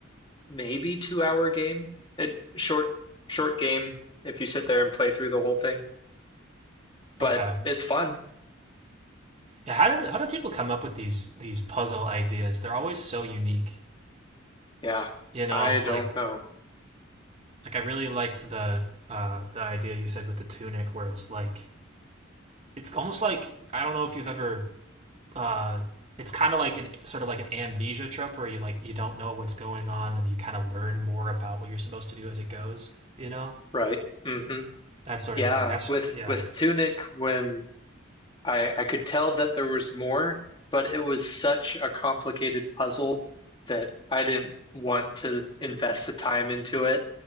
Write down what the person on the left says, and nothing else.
maybe two hour game. It short short game if you sit there and play through the whole thing, but
it's fun.
Yeah,
I don't
know.
Right. Mm-hmm.
Yeah,
with
with Tunic when I I could tell that there was more, but it was such a complicated puzzle that I didn't want to invest the time into it.